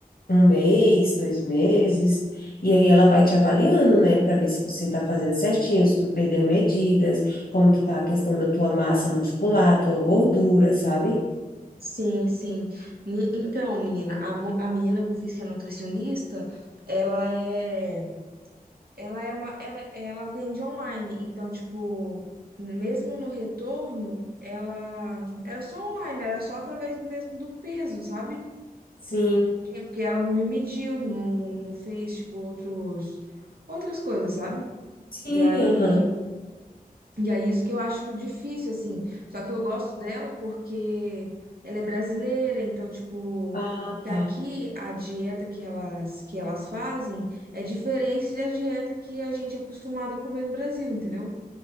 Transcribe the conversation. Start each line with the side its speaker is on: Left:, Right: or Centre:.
Left: um mês, dois meses, e aí ela vai te avaliando, né, para ver se você está fazendo certinho, se tu perdeu medidas, como que tá a questão da tua massa muscular, tua gordura, sabe?
Right: Sim, sim. Ni- Então, menina, a, mo- a menina que eu fiz que é nutricionista, ela é ela é uma, ela, ela atende online, então, tipo, mesmo no retorno, ela era só online, era só através do mesmo do peso, sabe?
Left: Sim.
Right: É Porque ela não me mediu, não, não fez, tipo, outros, outras coisas, sabe?
Left: Sim,
Right: E aí,
Left: aham.
Right: e é isso que eu acho difícil, assim. Só que eu gosto dela porque ela é brasileira, então, tipo,
Left: Ah,
Right: que
Left: tá.
Right: aqui a dieta que elas, que elas fazem é diferente da dieta que a gente é acostumado a comer no Brasil, entendeu?